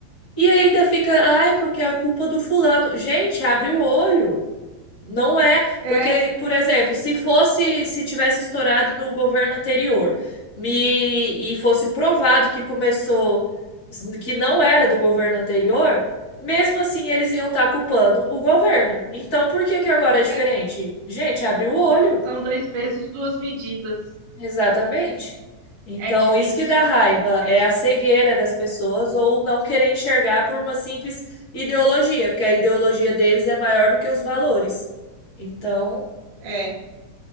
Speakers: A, on the left; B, on the right.
A: E ainda fica, ai, porque é a culpa do fulano. Gente, abre o olho. Não é,
B: É,
A: porque, por exemplo, se fosse, se tivesse estourado no governo anterior me- e fosse provado que começou, que não era do governo anterior, mesmo assim eles iam estar culpando o governo. Então, por que que agora é diferente?
B: é.
A: Gente, abre o olho.
B: São dois pesos, duas medidas.
A: Exatamente. Então,
B: É difícil,
A: isso que dá raiva
B: é
A: é
B: difícil.
A: a cegueira das pessoas ou não querer enxergar por uma simples ideologia, porque a ideologia deles é maior do que os valores. Então,
B: É,